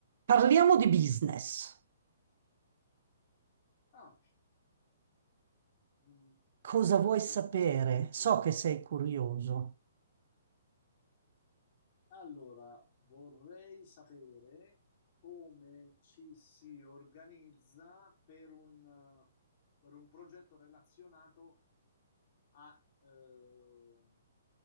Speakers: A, on the right; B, on the left.
A: Parliamo di business.
B: Ah, mm,
A: Cosa
B: bene.
A: vuoi sapere?
B: <laughs>
A: So che sei curioso.
B: Allora, vorrei sapere come ci si organizza per un, per un progetto relazionato a, ehm,